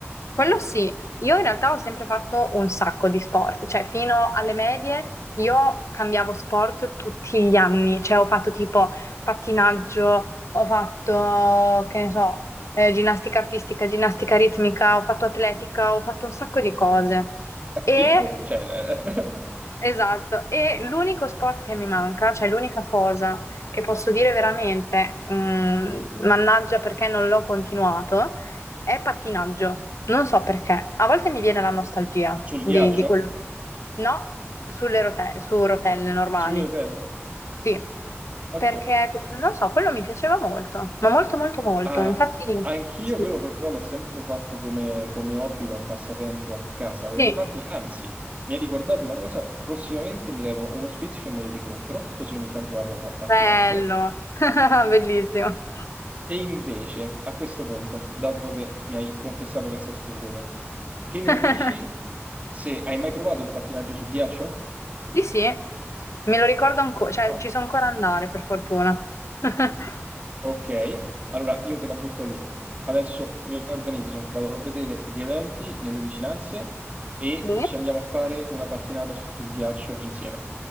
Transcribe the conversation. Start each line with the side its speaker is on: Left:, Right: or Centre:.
Left: Quello sì, io in realtà ho sempre fatto un sacco di sport, cioè fino alle medie io cambiavo sport tutti gli anni, cioè ho fatto tipo pattinaggio, ho fatto, che ne so, eh, ginnastica artistica, ginnastica ritmica, ho fatto atletica, ho fatto un sacco di cose. E
Right: Figo, cioè, eh,
Left: Esatto, e l'unico sport che mi manca, cioè l'unica cosa che posso dire veramente, mm, mannaggia perché non l'ho continuato, è pattinaggio. Non so perché. A volte mi viene la nostalgia
Right: <laughs> sul
Left: di,
Right: ghiaccio?
Left: di quello. No, sulle rote- su rotelle normali.
Right: Sulle rotelle?
Left: Sì,
Right: Ok.
Left: perché non so, quello mi piaceva molto, ma molto, molto, molto.
Right: Ah,
Left: Infatti,
Right: anch'io
Left: sì,
Right: quello però l'ho sempre fatto come, come hobby, come passatempo a casa, con
Left: sì,
Right: i miei pattini. Anzi, mi hai ricordato una cosa, prossimamente mi levo uno sfizio e me li ricompro, così ogni tanto vado a pattinare.
Left: bello, <laughs> bellissimo.
Right: E invece, a questo punto, dato che mi hai confessato questo segreto, che ne
Left: <laughs>
Right: dici se hai mai provato il pattinaggio sul ghiaccio?
Left: Sì, sì, me lo ricordo ancora, cioè
Right: Oh,
Left: ci so ancora andare per fortuna. <laughs>
Right: Ok, allora io te la butto lì. Adesso mi organizzo, vado a vedere gli eventi nelle vicinanze e
Left: Sì?
Right: ci andiamo a fare una pattinata sul ghiaccio insieme.